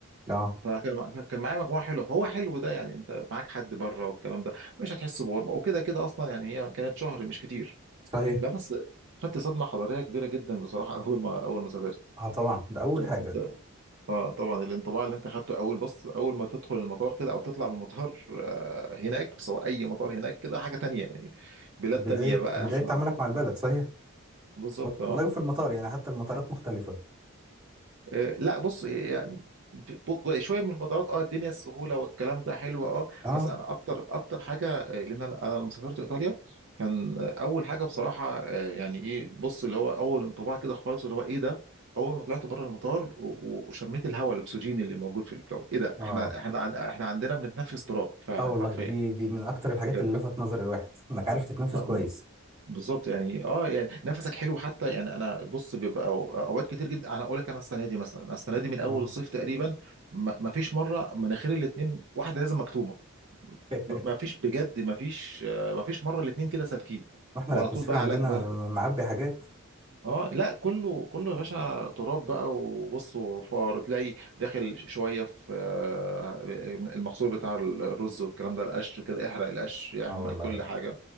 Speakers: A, on the right (about 25°); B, on the right (about 60°).
A: اه
B: فكان مع- كان معايا مجموعه حلوه فهو حلو ده يعني انت معاك حد بره والكلام ده مش هتحس بغربه وكده كده اصلا يعني هي كانت شهر مش كتير
A: صحيح
B: لا بس خدت صدمة حضارية كبيرة جدا بصراحة <laughs> أول ما أول ما سافرت
A: اه طبعا ده أول
B: أنت-
A: حاجة
B: آه، طبعا الانطباع اللي أنت خدته أول بص أول ما تدخل المطار كده أو تطلع من المطار آه، هناك سواء أي مطار هناك كده حاجة تانية يعني بلاد
A: بداية
B: تانية بقى
A: بداية
B: إحنا
A: تعاملك مع البلد
B: آه،
A: صحيح
B: بالظبط آه.
A: والله وفي المطار يعني حتى المطارات مختلفة
B: آه، لا بص يعني ب- شويه من المطارات اه الدنيا السهوله والكلام ده حلو اه
A: اه
B: بس انا اكتر اكتر حاجه آه، لان انا أنا لما سافرت ايطاليا كان آه، اول حاجه بصراحه آه، يعني ايه بص اللي هو اول انطباع كده خالص اللي هو ايه ده اول ما طلعت بره المطار و- و- وشميت الهواء الاكسجين اللي موجود في الجو ايه ده
A: اه
B: احنا احنا عن- احنا عندنا بنتنفس تراب فعلا
A: اه والله
B: حرفيا
A: دي دي من اكتر الحاجات
B: بجد
A: اللي لفت نظر الواحد انك عارف تتنفس
B: آه،
A: كويس
B: بالظبط يعني اه يعني نفسك حلو حتى يعني انا بص بيبقى أو- اوقات كتير جدا انا اقول لك انا السنه دي مثلا السنه دي من اول
A: اه
B: الصيف تقريبا ما ما فيش مره مناخير الاتنين واحده لازم مكتومه
A: <laughs>
B: ما فيش بجد ما فيش ما فيش مره الاتنين كده سالكين
A: واحنا
B: وعلى
A: الاتموسفير
B: طول بقى
A: عندنا
B: علاج برد
A: معبي حاجات
B: اه لا كله كله يا باشا تراب بقى وبص وفار وتلاقي داخل شويه في آه، المحصول بتاع الرز والكلام ده القش كده احرق القش يعمل
A: اه والله
B: كل حاجه